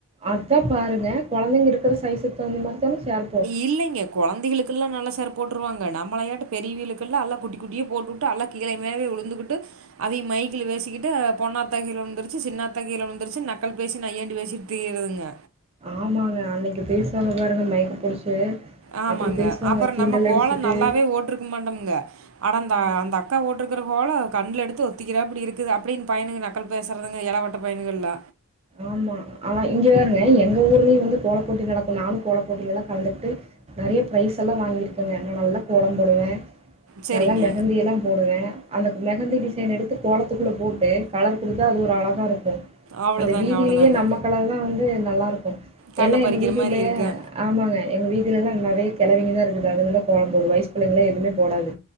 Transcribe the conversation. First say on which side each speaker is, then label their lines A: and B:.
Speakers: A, on the right; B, on the right.
A: அத்தா பாருங்க கொழந்தைங்க இருக்கிற சைஸ்சுக் தகுந்த மாரி தானே சேரத்
B: இல்லேங்க கொழந்தைகளுக்கெல் லா நல்லா சேர் போட்டுருவாங்க நம்மளயாட்டு பெரியவளுக்கெல்லா அல்லா குட்டி குட்டியே போட்டுட் ட்டு அல்லா கீழ மேல வுழுந்துகிட்டு அதையு மைக்கல பேசிக்கிட்டு பொன்னாத்தா கீழ விழுந்துருச்சு சின்னாத்தா கீழ விழுந்துருச்சு நக்கல் பேசி நாய்யாண்டி பேசிட் தீயிறதுங்க
A: ஆமாங்க அன்னைக்கி பேசுவாங்க பாருங்க மைக்க புடிச்சு
B: ஆமாங்க
A: அப்டி பேசுவாங்க
B: அப்பற
A: கிண்டல்
B: நம்ம கோல
A: அடிச்சுட்டு
B: நல்லாவே ஓட்டருக்க மாட்டோம்ங்க அட அந்த
A: ஆமாங்க
B: அந்த அக் கா ஓட்டுருக்கற கோலோ கண்ணல எடுத்து ஒத்திக்கிறாப்டி இருக்குது அப்டின்னு பையனுக நக்கல் பேசுறதுங்க இலவட்ட பயனுகள்ல
A: ஆமா ஆனா இங்க பாருங்க எங்க ஊர்லேயு வந்து கோலப்போட்டி நடக்கு நானு கோலப்போட்டில்லா கலந்துகிட்டு நெறைய ப்ரைஸ் எல்லா வாங்கிருக்கங்க நா நல்லா கோலம் போடுவே
B: சரிங்க.
A: நல்லா மெஹந்தி எல்லா போடுவே அந்த மெஹந்தி டிசைன் எடுத்துக் கோலத்துக்குள்ள போட்டு கலர் குடுத்த அது ஒரு அழகாக இருக்கு
B: அவ்வளோதாங்க,
A: அந்த வீதியிலேயே
B: அவ்வளோதாங்க.
A: நம்மக்கோலதா வந்து நல்லா இருக்கு
B: கண்ண
A: எல்லா
B: பறிக்கிற
A: எங்க வீதியில
B: மாரி இருக்கு.
A: ஆமாங்க எங்க வீதியில்லா நெறையா கிழவிங்கதா இருக்குது அதுங்கல்லா கோலம் போடும் வய்ஸ் பிள்ளைங்கள்லா எதுவுமே போடாது